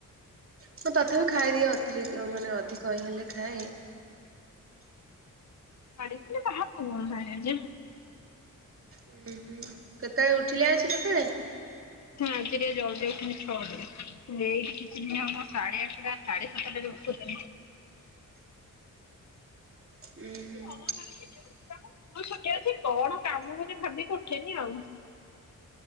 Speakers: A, on the right; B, on the left.
A: ମୁଁ ତଥାପି ଖାଇଦିଏ ଅତିରିକ୍ତ ମାନେ ଅଧିକ ଇ ହେଲେ ଖାଏ।
B: ଗାଡି ଥିଲେ କାହାକୁ ମୁଁ ଜାଣିନି।
A: ଉଁ ହୁଁ କେତେବେଳେ ଉଠିଲେ ଆସି ତତିରେ।
B: ହୁଁ ଆଜି ଟିକେ ଜଲଦି <unintelligible> ଏଇଠି କିଛି ଦିନ ହବ ସାଢେ ଆଠଟା ସାଢେ ସାତଟା ଯୋଉ ଉଠୁଛନ୍ତି।
A: ଉଁ ହୁଁ।
B: ଭଲ ନାଇ <unintelligible> ମୁଁ ଛୁଟି ଅଛି କଣ କାମ ଗୋଟେ ଭାବିକି ଉଠେନି ଆଉ।